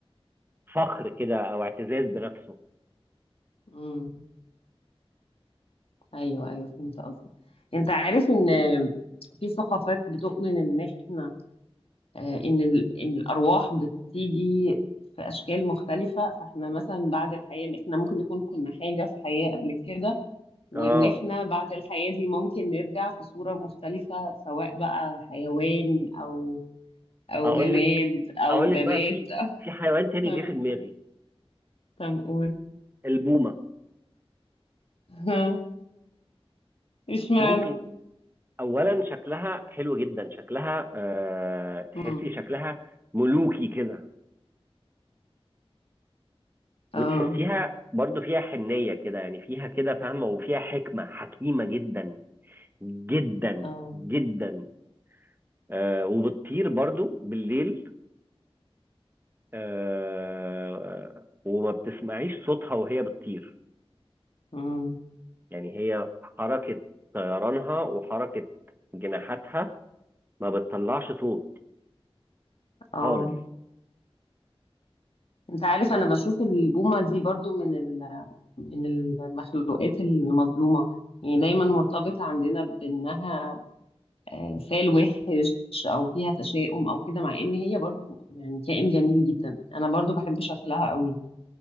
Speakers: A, on the right; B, on the left.
A: فخر كده او اعتزاز بنفسه
B: مم. ايوه ايوه فهمت قصدك انت عارف ان في ثقافات بتؤمن ان احنا آه، ان ال- إن الارواح بتيجي في اشكال مختلفه فاحنا مثلا بعد الحياه إن احنا ممكن نكون كنا حاجه في حياه قبل كده وان
A: اه
B: احنا بعد الحياه دي ممكن نرجع في صوره مختلفه سواء بقى حيوان او او
A: اقول
B: جماد
A: لك
B: او
A: اقول
B: نبات
A: لك بقى في
B: <laughs>
A: في حيوان تاني
B: أو...
A: جه في دماغي
B: طب قول
A: البومه
B: <laughs> اشمعنى
A: ممكن اولا شكلها حلو جدا شكلها آه تحسي
B: مم.
A: شكلها ملوكي كده
B: اه
A: وتحسيها برضو فيها حنية كده يعني فيها كده فاهمة وفيها حكمة حكيمة جدا جدا
B: اه
A: جدا آه وبتطير برضو بالليل آه آه، وما بتسمعيش صوتها وهي بتطير
B: مم.
A: يعني هي حركة طيرانها وحركة جناحاتها ما بتطلعش صوت
B: اه
A: خالص
B: انت عارف انا بشوف البومة دي برضو من ال... من المخلوقات المظلومة يعني دايما مرتبط عندنا بانها آه، فال وحش او فيها تشاؤم او كده مع ان هي برضو يعني كائن جميل جدا انا برضو بحب شكلها قوي